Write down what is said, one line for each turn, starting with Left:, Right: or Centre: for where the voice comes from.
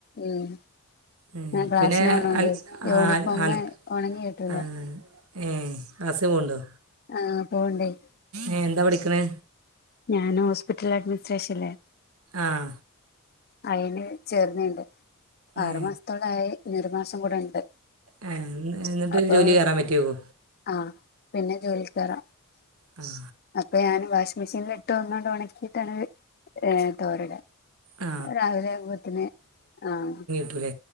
Left: ഉം
Right: ഏഹ്
Left: ഞാൻ
Right: ഇൻക്ക്
Left: ക്ലാസ്സിന്
Right: പിന്നെ
Left: പോണോണ്ട്
Right: അൽ
Left: യൂണിഫോം
Right: ആഹ് അൽ
Left: ഉണങ്ങി കിട്ടൂല
Right: ആഹ് ഏഹ്. ആസമുണ്ടോ?
Left: ആഹ് പോവിണ്ടേയ്.
Right: ഏഹ് എന്താ പഠിക്കണെ?
Left: ഞാന് ഹോസ്പിറ്റൽ അഡ്മിനിസ്ട്രേഷൻല്ലേ.
Right: ആഹ്.
Left: അയിന് ചേർന്നിണ്ട്. ആറുമാസത്തോളായി
Right: ഏ
Left: ഇനി ഒരു മാസം കൂടെ ഇണ്ട്.
Right: ഏ എന്നിട്ട്
Left: അപ്പൊ
Right: ഒരു ജോലി കയറാൻ പറ്റുമോ
Left: ആഹ് പിന്നെ ജോലി കേറ.
Right: ഉം.
Left: അപ്പൊ ഞാൻ വാഷി മെഷീനീലിട്ട് ഒന്നട് ഒണക്കിട്ടാണ് ഏഹ്. തോരട
Right: ആ
Left: രാവിലെ ആവുമ്പത്തിന് ആഹ്.
Right: ട്ടുലെ